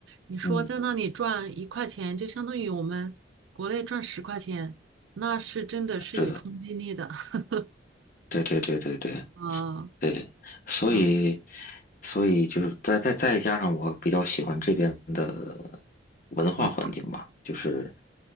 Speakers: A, on the right (about 80°); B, on the left (about 45°).
A: 你说在那里赚一块钱，
B: 嗯，
A: 就相当于我们国内赚十块钱，那是真的是有冲击力的。
B: 是的，
A: <laughs>
B: 对对对对对。
A: 啊，
B: 对，所以，
A: 嗯，
B: 所以就是再再再加上我比较喜欢这边的文化环境吧，
A: 文化
B: 就是